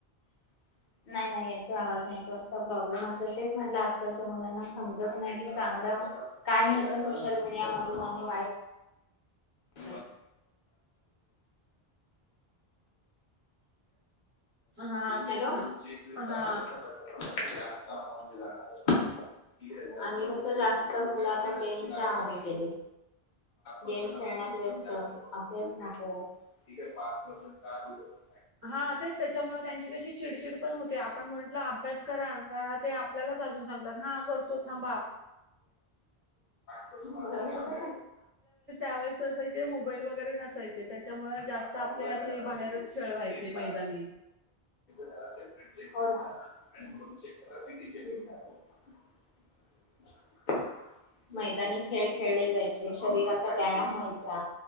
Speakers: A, on the left (about 50°); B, on the right (about 80°).
A: <inaudible> नाही, नाही येतो आवाज नेटवर्कचा प्रॉब्लेम असेल, तेच म्हटलं आजकालच्या मुलांना समजत नाही की चांग काय घ्यायचं सोशल मीडिया मधून आणि वाईट <unintelligible> <unintelligible>
B: हा तेच
A: हॅलो
B: ना
A: <unintelligible>
B: हा
A: आणि कस जास्त मुलं आता गेमच्या आहारी गेले गेम <unintelligible> खेळण्यात व्यस्त अभ्यास नको. <unintelligible>
B: हा तेच त्याच्यामुळे त्यांची कशी चिडचिड पण होते आपण म्हंटलं अभ्यास करा का ते आपल्या च अजून सांगतात हा करतो थांबा.
A: <unintelligible>
B: त्यावेळेस असायचे मोबाईल वगैरे नसायचे. त्याच्यामुळे
A: अकाउंट
B: जास्त आपले
A: ला
B: असे
A: स
B: बाहेरच
A: सगळे
B: खेळ व्हायचे
A: चेकीला
B: मैदानी
A: सपरेट चे <unintelligible> <unintelligible> मैदानी खेळ खेळले जायचे, शरीराचा व्यायाम व्हायचा